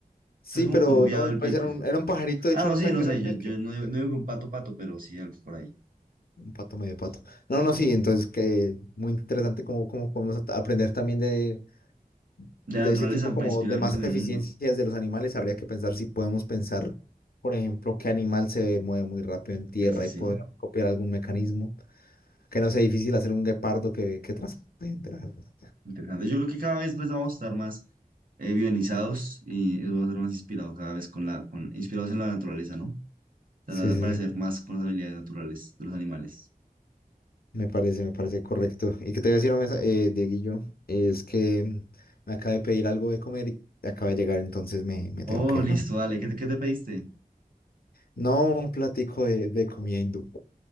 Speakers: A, on the left; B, on the right.
A: Sí,
B: sea, es como
A: pero
B: curviado
A: no,
B: el
A: pues
B: pico.
A: era un, era un pajarito, de
B: Ah,
A: hecho,
B: no,
A: no
B: sí,
A: tan
B: no
A: grande
B: sé, yo, yo
A: que,
B: no, digo,
A: que
B: no digo que un pato pato, pero sí algo por ahí.
A: un pato medio pato. No, no, sí, entonces que muy interesante cómo, cómo podemos a- aprender también de,
B: De
A: de
B: la naturaleza
A: ese tipo como
B: para inspirarnos
A: de más
B: en el
A: eficiencias
B: mundo.
A: de los animales. Habría que pensar si podemos pensar, por ejemplo, qué animal se mueve muy rápido en tierra
B: Sí, sí, sí,
A: y poder copiar algún mecanismo. Que no sea difícil hacer un guepardo que, que transporte gente, la verdad.
B: interesante. Yo creo que cada vez pues, vamos a estar más eh, bionizados y eso va a ser más inspirado cada vez con la, con, inspirados en la naturaleza, ¿no? Tratar
A: Sí,
B: de
A: sí,
B: parecer
A: sí.
B: más con las habilidades naturales de los animales.
A: Me parece, me parece correcto. Y que te voy a decir, hombre, eh, Dieguillo, es que mm, me acabé de pedir algo de comer y acaba de llegar, entonces me, me
B: Oh,
A: tengo que ir,
B: listo,
A: hombre.
B: dale. ¿Qué, te- qué te pediste?
A: No un platico de, de comida hindú.